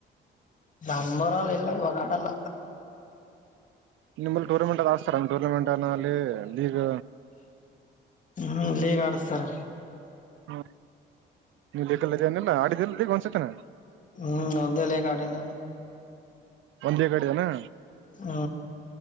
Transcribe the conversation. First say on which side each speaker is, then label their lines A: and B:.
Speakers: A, on the left; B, on the right.
A: ನಮ್ಮೂರ ಗ ಇಲ್ಲ ಇವಾಗಾಡಲ್ಲ
B: ನಿಮ್ಮಲ್ಲಿ ಟೂರ್ನಮೆಂಟ್ ಅದು ಆಡುಸ್ತಾರ ನಿಮ್ಮ ಟೂರ್ನಮೆಂಟ್ನ ಅಲ್ಲಿ ಇಗ್
A: ಹ್ಮ್ ಈಗ್ ಆಡಸ್ತಾರ್
B: ಹ್ಮ ನೀ ಕ್ರಿಕೆಟ್ಲ್ಲ ಆಡಿದೆಲ್ಲ ಒಂದು ಸರ್ತ್ಯನ
A: ಹ್ಮ್ ಒಂದಲ್ಲಗಾಡ ನಾ
B: ಒಂದೆ ಕಡೆ ಆಡಿದನು
A: ಹ್ಮ